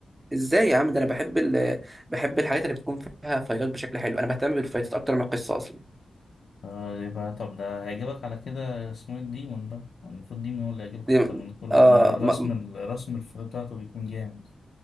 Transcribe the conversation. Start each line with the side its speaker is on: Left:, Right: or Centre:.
Right: ازاي يا عم ده انا بحب ال... بحب الحاجات اللي بتكون فيها فايتات بشكل حلو انا بهتم بالفايتات اكتر من القصه اصلا
Left: آه يبقى طب ده هيعجبك على كده اسمه ايه الديمون بقى المفروض ديمون هو اللي هيعجبك
Right: دي...
Left: اكتر من كله
Right: اه
Left: لان الر-
Right: ما...
Left: رسم الرسم الف- بتاعته بيكون جامد